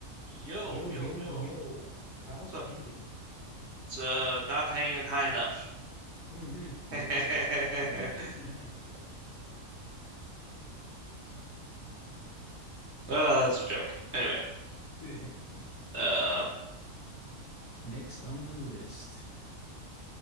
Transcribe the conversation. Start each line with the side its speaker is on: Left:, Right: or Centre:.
Right: Yo,
Left: Yo,
Right: yo,
Left: yo,
Right: yo.
Left: yo. How's
Right: What's up?
Left: it hanging?
Right: It's uh not hanging high enough.
Left: hmm Know
Right: <laughs>
Left: the feeling. Okay.
Right: Oh, that's a joke. Anyway,
Left: <laughs>
Right: uh
Left: Next on the list.